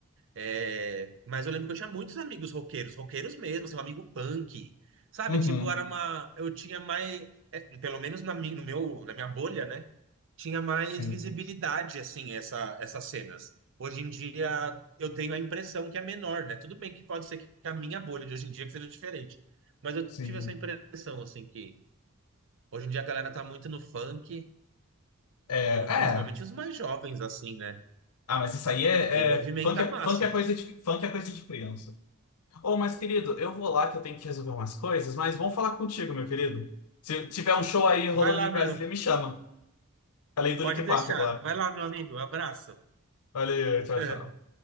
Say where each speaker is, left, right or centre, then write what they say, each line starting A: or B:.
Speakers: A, on the right; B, on the left.
A: É, mas eu lembro que eu tinha muitos amigos roqueiros, roqueiros mesmo, seu amigo punk, sabe?
B: Uhum.
A: Tipo, era uma. Eu tinha mais. é, pelo menos na minha, no meu, na minha bolha, né? Tinha mais
B: Sim,
A: visibilidade, assim, essa, essas cenas. Hoje em dia, eu tenho a impressão que é menor, né? Tudo bem que pode ser que a minha bolha de hoje em dia que seja diferente. Mas eu
B: sim.
A: tive essa impressão, assim, que hoje em dia a galera tá muito no funk,
B: É,
A: tipo,
B: é.
A: principalmente os mais jovens, assim, né?
B: Ah, mas isso aí é,
A: É o que movimenta
B: é- funk, é.
A: a massa.
B: Funk é coisa de, funk é coisa de criança. Ô, mas querido, eu vou lá que eu tenho que resolver umas coisas, mas vamos falar contigo, meu querido. Se tiver um show aí rolando
A: Vai lá,
B: em Brasília,
A: meu.
B: me chama. Além do
A: Pode
B: Linkin
A: deixar.
B: Park, é claro.
A: Vai lá, meu amigo. Abraço.
B: Valeu, tchau,
A: <laughs>
B: tchau.